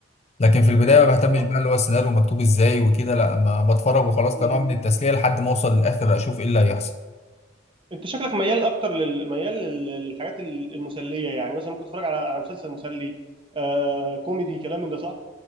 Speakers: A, on the left; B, on the right.
A: لكن في البدايه ما بهتمش
B: آه،
A: بقى اللي هو السيناريو مكتوب ازاي وكده لا ما بتفرج وخلاص
B: مم.
A: كنوع من التسليه لحد ما اوصل للاخر اشوف ايه اللي هيحصل
B: انت شكلك ميال اكتر لل- ميال لل- للحاجات ال- المسليه يعني مثلا ممكن تتفرج على على مسلسل مسلي آه كوميدي كلام من ده صح